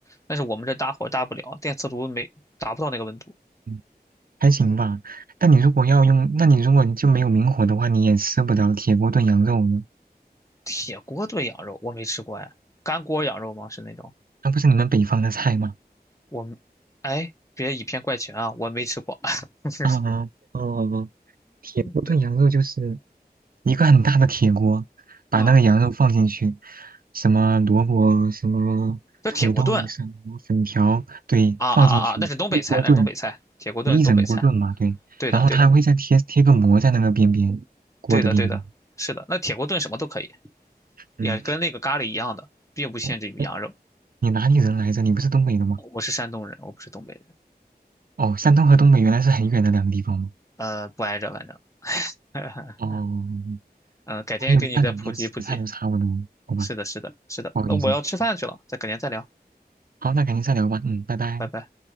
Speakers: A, on the left; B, on the right.
A: 但是我们这大火大不了，电磁炉没达不到那个温度。
B: 嗯，还行吧。但你如果要用，那你如果你就没有明火的话，你也吃不了铁锅炖羊肉呢。
A: 铁锅炖羊肉我没吃过哎，干锅羊肉吗？是那种
B: 那不是你们北方的菜吗？
A: 我们，哎，别以偏概全啊，我没吃过。<laughs>
B: 啊哦哦，铁锅炖羊肉就是
A: 对，
B: 一个很大的铁锅，把那个羊肉放进去，
A: 嗯，
B: 什么萝卜、什么土豆、
A: 这铁锅炖
B: 什么粉条，对，
A: 啊啊啊啊，
B: 放进去一锅炖，
A: 那是东北菜，那是东北菜，铁锅炖东北菜。
B: 一整锅炖嘛，对。
A: 对的，
B: 然后他还会再贴贴个膜在那个边边，
A: 对的，
B: 锅的边边。
A: 对的，对的，是的。那铁锅炖什么都可以，
B: 嗯，
A: 也跟那个咖喱一样的，并不限制于羊肉。
B: 哎哎，你哪里人来着？你不是东北的吗？
A: 我是山东人，我不是东北人。
B: 哦，山东和东北原来是很远的两个地方吗？
A: 呃，不挨着，反正，<laughs>
B: 哦，
A: 嗯、改天给你再普及普及。
B: 我还以为那两边吃的菜都差不多，好吧，
A: 是的，是的，是的。
B: 不好意思。
A: 那我要吃饭去了，
B: 嗯
A: 再改天再聊，
B: 好，那改天再聊吧。嗯，拜拜。
A: 拜拜。